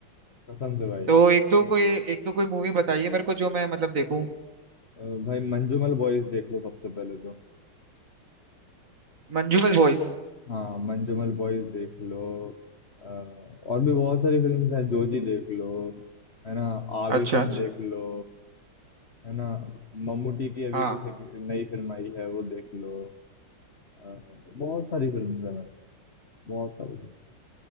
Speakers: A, on the left (about 40°); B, on the right (about 40°).
A: है कसम से भाई
B: तो एक दो
A: वो,
B: कोई एक दो कोई मूवी बताइए मेरे को जो मैं मतलब देखूं
A: अ, भाई मंजूमल बॉयज देख लो सबसे पहले तो,
B: मंजूबल बॉयज
A: हाँ मंजूमल बॉयज देख लो अ, और भी बहुत सारी फिल्म्स हैं जोजी देख लो है ना आवेशम
B: अच्छा अच्छा
A: देख लो है ना मम्मूटी की अभी
B: हाँ
A: कुछ एक नई फिल्म आई है वो देख लो अ, बहुत सारी फिल्म्स हैं भाई बहुत सारी फिल्म